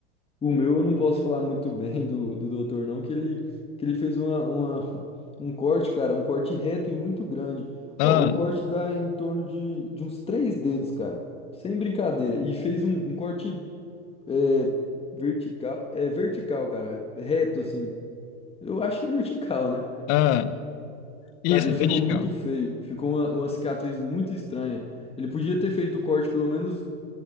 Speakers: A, on the left; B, on the left.
A: o meu eu não posso falar muito bem do, do doutor, não, que ele, que ele fez uma, uma, um corte, cara, um corte reto e muito grande.
B: Ah,
A: Ó, o corte dá em torno de, de uns três dedos, cara. Sem brincadeira. E fez um, um corte. É vertical, é vertical, cara. Reto, assim. Eu acho que é vertical, né?
B: ah, isso
A: Cara, ele
B: é
A: ficou
B: bem legal.
A: muito feio. Ficou uma, uma cicatriz muito estranha. Ele podia ter feito o corte pelo menos